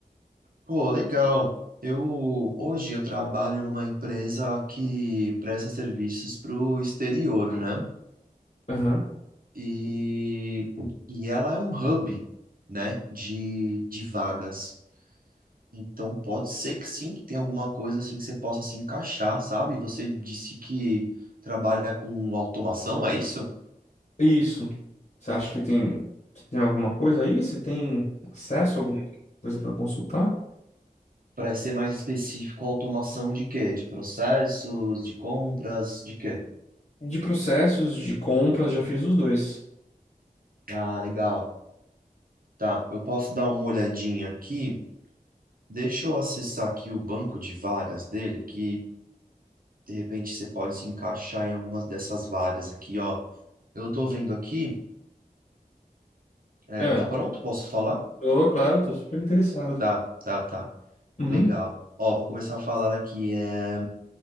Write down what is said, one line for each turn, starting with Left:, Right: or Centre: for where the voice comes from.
Right: Pô, legal. Eu hoje eu trabalho numa empresa que presta serviços para o exterior, né?
Left: Aham.
Right: E, e ela é um hub, né, de, de vagas. Então pode ser que sim, que tenha alguma coisa assim que você possa se encaixar, sabe? Você disse que trabalha com automação, é isso?
Left: Isso. Você acha que tem, que tem alguma coisa aí? Você tem acesso a alguma coisa para consultar?
Right: para ser mais específico, automação de quê? De processos, de compras, de quê?
Left: De processos, de compras, já fiz os dois.
Right: Ah, legal. Tá, eu posso dar uma olhadinha aqui. Deixa eu acessar aqui o banco de vagas dele, que de repente você pode se encaixar em algumas dessas vagas aqui, ó. Eu tô vendo aqui. É,
Left: Ah,
Right: tá pronto? Posso falar?
Left: tô, claro, tô super interessado.
Right: Tá, tá, tá.
Left: Uhum.
Right: Legal. Ó, vou começar a falar aqui. É,